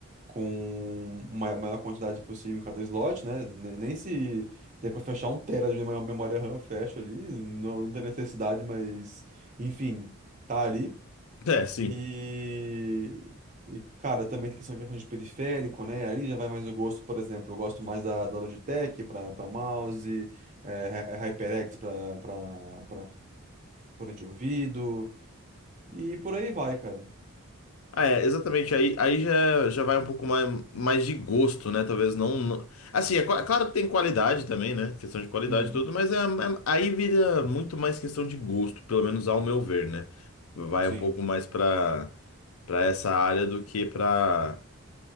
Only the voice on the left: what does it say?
É, sim.
Ah, é, exatamente. Aí, aí já, já vai um pouco mais, mais de gosto, né? Talvez não. não- Assim, é, cla- é claro que tem qualidade também, né? Questão de qualidade
e tudo, mas é, é- aí vira muito mais questão de gosto, pelo menos ao meu ver, né? Vai
um pouco mais pra, pra essa área do que pra.